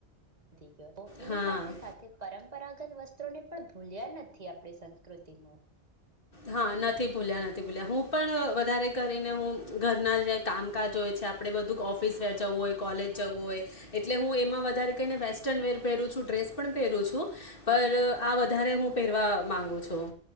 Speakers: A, on the right; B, on the left.
A: નથી તો એની
B: હા
A: સાથે સાથે પરમ પરંપરાગત વસ્ત્રો ને પણ ભૂલ્યા નથી આપણી સંસ્કૃતિમાં
B: હા નથી ભૂલ્યા નથી ભૂલ્યા હું પણ વધારે કરીને હું ઘરના જે કામકાજ હોય છે આપણે બધું ઓફિસ વર જવું હોય કોલેજ જવું હોય એટલે હું એમાં વધારે કહીને વેસ્ટર્ન વેર પહેરું છું ડ્રેસ પણ પહેરું છું પર આ વધારે હું પહેરવા માગું છું